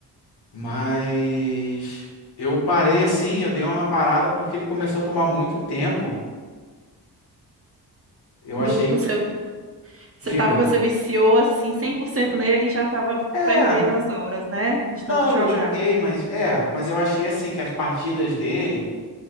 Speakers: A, on the left; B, on the right.
A: mas eu parei assim, eu dei uma parada porque ele começou a tomar muito tempo. Eu
B: Do,
A: achei,
B: do seu, você
A: diga,
B: tava, você viciou assim 100% nele e já tava
A: é,
B: perdendo as horas, né? De tanto
A: não,
B: jogar.
A: eu joguei, mas é, mas eu achei assim que as partidas dele,